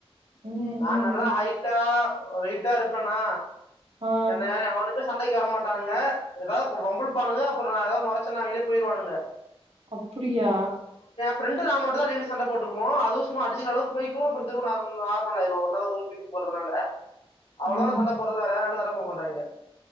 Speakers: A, on the right (about 65°); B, on the left (about 75°).
A: ம் ம்
B: நா நல்லா
A: ம்
B: ஹைட் டா வெய்ட்டா இருப்பனா
A: ஆ
B: என்ன எவனுமே சண்டைக்கு வர மாட்டானுங்க எதாவது வம்பிழுப்பானுங்க அப்பறோ நா எதாவது மொறச்சனா அவிங்களே போயிருவானுங்க
A: அப்பிடியா
B: ப்ரெண்டு நா மட்டுந்தா அடிக்கடி சண்ட போட்டுக்குவோ அதுவு சும்மா அடிச்சுக்குற அளவுக்கு போயிக்குவோ அப்புறோ திரும்போ நார்மளாயிடுவோ ஒன் அவரு ஒரு மின்ட்டுக்கு போறதுனால அவ்வளவா
A: ம்
B: நா சண்ட போறது வேற யாரோடவோ சண்ட போட மாட்டாய்ங்க